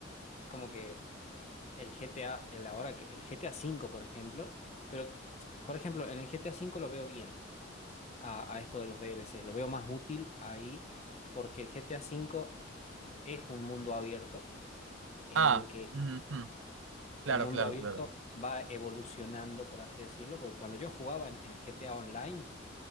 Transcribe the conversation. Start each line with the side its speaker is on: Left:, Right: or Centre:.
Left: Es como que el G T A el ahora que el G T A cinco por ejemplo, pero por ejemplo, en el G T A cinco lo veo bien a, a esto de los D L DLCs, lo veo más útil ahí porque el G T A cinco es un mundo abierto en
Right: Ah,
Left: el que
Right: ujú, Claro,
Left: El mundo
Right: claro,
Left: abierto
Right: claro.
Left: va evolucionando, por así decirlo, porque cuando yo jugaba en, en GTA Online,